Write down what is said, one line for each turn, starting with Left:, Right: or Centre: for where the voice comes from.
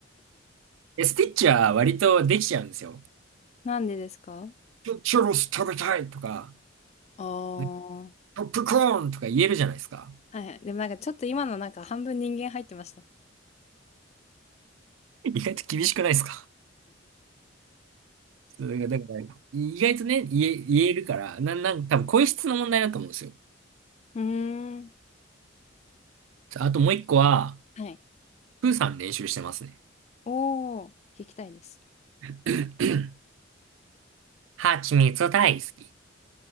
Right: え、スティッチは割とできちゃうんですよ。
Left: なんでですか
Right: チュチュロス食べたいとか、
Left: あ
Right: ね
Left: あー。
Right: ポップコーンとか言えるじゃないですか。
Left: はいはい。でもなんかちょっと今のなんか半分人間入ってました。
Right: 意外と厳しくないですかそうだから、だから意外とね、言え、言えるから、な、なんか多分声質の問題だと思うんですよ。
Left: うーん。
Right: あともう一個は、
Left: はい。
Right: プーさん練習してますね。
Left: おー、聞きたいです。
Right: <clears throat> ハチミツ大好き。